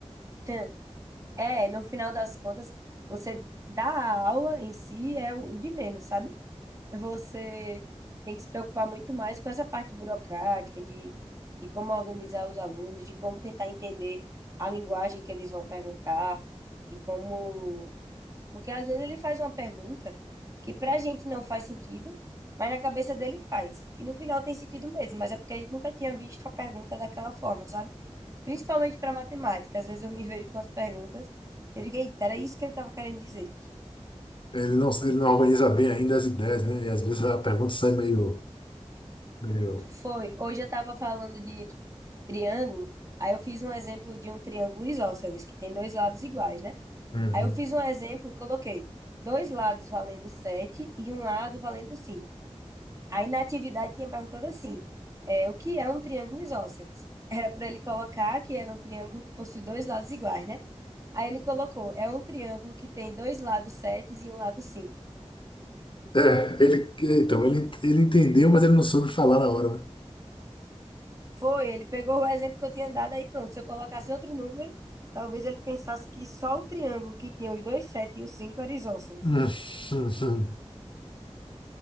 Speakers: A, on the right; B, on the left.
A: <laughs> É, no final das contas, você dá a aula em si é o de menos, sabe? Você tem que se preocupar muito mais com essa parte burocrática, de, de como organizar os alunos, de como tentar entender a linguagem que eles vão perguntar, de como. Porque às vezes ele faz uma pergunta que pra gente não faz sentido, mas na cabeça dele faz. E no final tem sentido mesmo, mas é porque a gente nunca tinha visto a pergunta daquela forma, sabe? Principalmente para matemática. Às vezes eu me vejo com as perguntas que eu digo, eita, era isso que ele estava querendo dizer.
B: Ele não, ele não organiza bem ainda as ideias, né? E às vezes a pergunta sai meio, meio
A: Foi, hoje eu estava falando de triângulo, aí eu fiz um exemplo de um triângulo isósceles, que tem dois lados iguais, né?
B: Uhum.
A: Aí eu fiz um exemplo e coloquei dois lados valendo 7 e um lado valendo 5. Aí na atividade tinha perguntado assim, é, o que é um triângulo isósceles? Era para ele colocar que era um triângulo que possui dois lados iguais, né? Aí ele colocou, é um triângulo que tem dois lados 7 e um lado 5.
B: É, ele, então, ele, ele entendeu, mas ele não soube falar na hora, né? <laughs>
A: Foi, ele pegou o exemplo que eu tinha dado, aí pronto. Se eu colocasse outro número, talvez ele pensasse que só o triângulo que tinha os dois sete e os cinco era isósceles.
B: Hum, hum, hum.